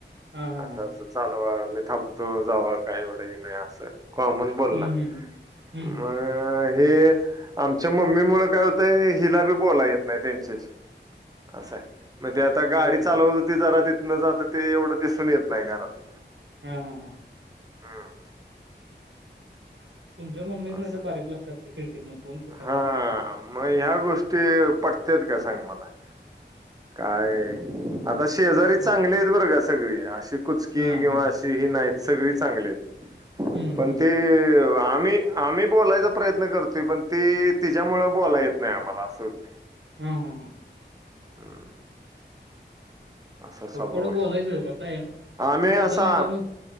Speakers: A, on the right (about 80°); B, on the right (about 20°).
A: हां, हां,
B: असं
A: हां.
B: अस चालवा मी थांबतो जावा काही एवढंही नाही असं कॉमन बोलला
A: हं, हं, हं. हं,
B: अ
A: हं, हं.
B: हे आमच्या मम्मी मुळ काय होतंय हिला बी बोला येत नाही त्यांच्याशी असं म्हणजे आता गाडी
A: हं, बरोबर.
B: चालवत होती जरा तिथन जात ते एवढं दिसून येत नाही घरात
A: हमं हंम
B: हंम
A: तुमच्या मम्मीच नाही
B: असं
A: तर बारीक लक्ष असते खिडकीत कोण कुठं
B: हा
A: आहे, काय आहे.
B: मग ह्या गोष्टी पटत्यात का सांग मला? काय आता शेजारी
A: काय
B: चांगले आहेत बरं का? सगळी अशी कुचकी
A: हा
B: किंवा
A: हा
B: अशी ही नाहीत सगळी चांगली आहेत
A: हम्म हम्म
B: पण
A: हम्म.
B: ते आम्ही आम्ही बोलायचा प्रयत्न करतोय पण, ते तिच्यामुळे बोलायला येत नाही आम्हाला असं होतय
A: हम हं
B: हम् असा स्वभाव
A: थोडं थोडं
B: आहे
A: बोलायचं कसं
B: आम्ही
A: आपलं
B: असा
A: नाही तर मग